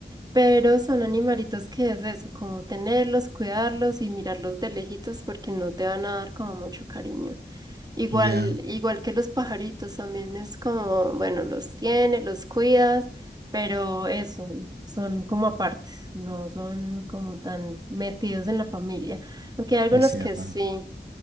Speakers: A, on the right (about 20°); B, on the right (about 65°).
A: Pero son animalitos que es eso, como tenerlos, cuidarlos y mirarlos de lejitos porque no te van a dar como mucho cariño. Igual,
B: ya,
A: igual que los pajaritos también es como, bueno, los tienes, los cuidas, pero eso, son como apartes, no son como tan metidos en la familia. Aunque hay algunos
B: es cierto.
A: que sí,